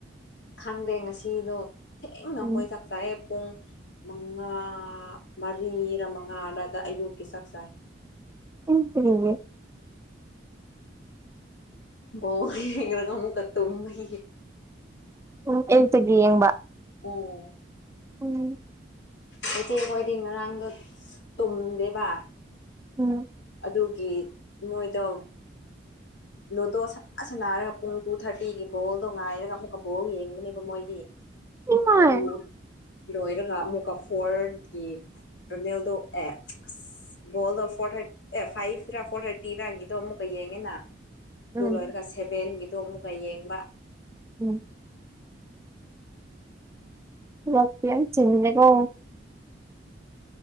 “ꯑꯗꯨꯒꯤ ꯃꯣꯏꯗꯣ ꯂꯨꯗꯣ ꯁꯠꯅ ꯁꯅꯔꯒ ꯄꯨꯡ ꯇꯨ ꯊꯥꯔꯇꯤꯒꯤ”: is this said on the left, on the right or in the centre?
Left